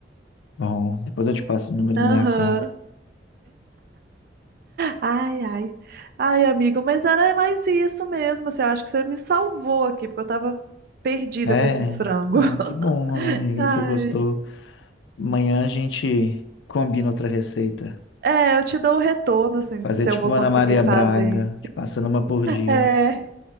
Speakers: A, on the left (about 75°); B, on the right (about 50°).
A: Bom, depois eu te passo o número
B: Aham.
A: da minha conta.
B: Ai, ai. Ai, amigo, mas era mais isso mesmo, assim, eu acho que você me salvou aqui, porque eu tava perdida
A: É,
B: com esses frangos.
A: ah,
B: <laughs>
A: que bom, amigo,
B: Ai.
A: que você gostou. Amanhã a gente combina outra receita.
B: É, eu te dou o retorno, assim,
A: Fazer
B: se
A: tipo
B: eu vou
A: uma
B: conseguir
A: Ana Maria
B: fazer.
A: Braga, te passando uma por dia.
B: É.